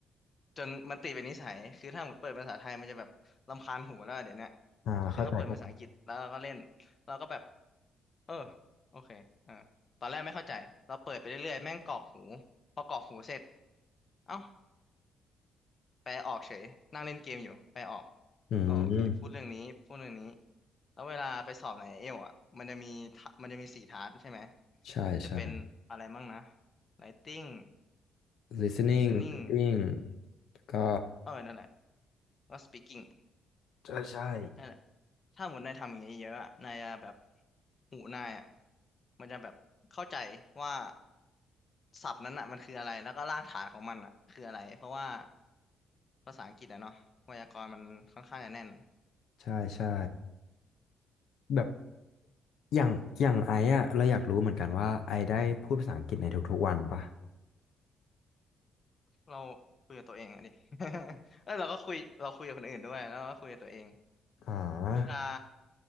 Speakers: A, on the left; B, on the left.
A: จนมันติดเป็นนิสัยคือถ้าหมดเปิดเป็นภาษาไทยมันจะแบบรำคาญหูแล้วอะเดี๋ยวเนี้ย
B: อ่าเข้าใจ
A: คือต้องเปิดเป็นภาษาอังกฤษแล้วเราก็เล่นเราก็แบบเออโอเคเออตอนแรกไม่เข้าใจเราเปิดไปเรื่อยๆแม่งกรอกหูพอกรอกหูเสร็จเอ้าแปลออกเฉยนั่งเล่นเกมอยู่แปลออก
B: อื
A: อ๋อโอเคพูดเรื่องนี้พูดเรื่องนี้
B: ม
A: แล้วเวลาไปสอบในเอลอ่ะมันจะมีทะมันจะมีสี่ทาสใช่ไหม
B: ใช่ใช่
A: จะเป็นอะไรมั่งนะ Writing
B: listening
A: Listening
B: reading แล้วก็
A: เออนั่นแหละแล้ว Speaking
B: ใช่ใช่
A: นั่นแหละถ้าหมดนายทำอย่างเงี้ยเยอะอะนายจะแบบหูนายอ่ะมันจะแบบเข้าใจว่าศัพท์นั้นอ่ะมันคืออะไรแล้วก็รากฐานของมันอ่ะคืออะไรเพราะว่าภาษาอังกฤษอะเนาะไวยากรณ์มันค่อนข้างจะแน่น
B: ใช่ใช่แบบอย่างอย่างไอ้อะเราอยากรู้เหมือนกันว่าไอได้พูดภาษาอังกฤษในทุกๆวันปะ
A: เราคุยกับตัวเองอะดิ <laughs> แล้วเราก็คุยเราคุยกับคนอื่นด้วยแล้วก็คุยกับตัวเอง
B: อ่า
A: เวลา